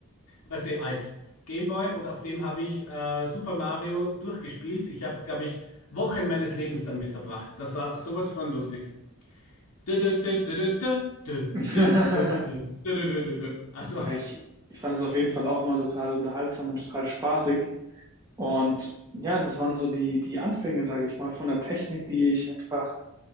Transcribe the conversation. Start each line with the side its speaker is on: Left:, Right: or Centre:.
Left: Weißt du, alt. Gameboy und auf dem habe ich äh, Super Mario durchgespielt. Ich habe, glaube ich, Wochen meines Lebens damit verbracht. Das war sowas von lustig. Dö, dö, dö, dö, dö, dö, dö,
Right: <laughs>
Left: dö, dö, dö, dö, dö, dö, dö. dö. Also,
Right: Ja, ich, ich fand es auf jeden Fall auch immer total unterhaltsam und total spaßig. Und ja, das waren so die, die Anfänge, sage ich mal, von der Technik, die ich einfach